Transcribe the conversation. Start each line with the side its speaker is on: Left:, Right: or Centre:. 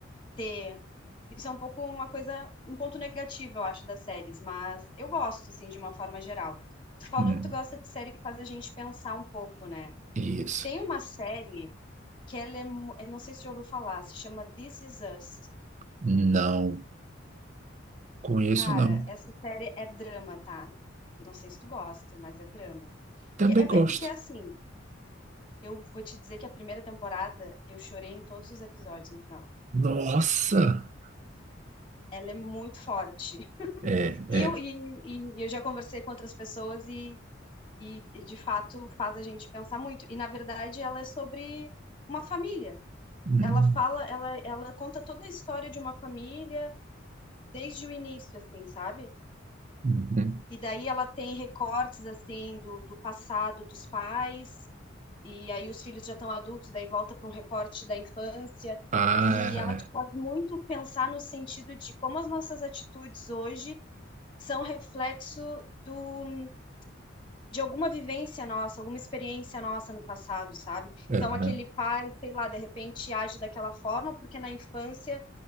Left: ter isso é um pouco uma coisa, um ponto negativo, eu acho, das séries, mas eu gosto, assim, de uma forma geral. Tu falou
Right: hum,
Left: que tu gosta de série que faz a gente pensar um pouco, né?
Right: isso.
Left: Tem uma série que ela é, mu- eu não sei se já ouviu falar, se chama This Is Us.
Right: Não conheço,
Left: Cara,
Right: não.
Left: essa série é drama, tá? Não sei se tu gosta, mas é drama.
Right: Também
Left: Que- É,
Right: gosto.
Left: é porque, assim, eu vou te dizer que a primeira temporada eu chorei em todos os episódios no final.
Right: Nossa!
Left: Ela é muito forte. <laughs>
Right: É, é.
Left: E eu, e, e eu já conversei com outras pessoas e e, e, de fato faz a gente pensar muito. E na verdade ela é sobre uma família.
Right: Hum,
Left: Ela fala, ela, ela conta toda a história de uma família desde o início, assim, sabe?
Right: uhum.
Left: E daí ela tem recortes assim do, do passado dos pais, e aí os filhos já estão adultos, daí volta para um recorte da infância.
Right: Ah,
Left: E ela te faz muito pensar no sentido de como as nossas atitudes hoje são reflexo do, de alguma vivência nossa, alguma experiência nossa no passado, sabe?
Right: é,
Left: Então,
Right: aham.
Left: aquele pai, sei lá, de repente age daquela forma porque na infância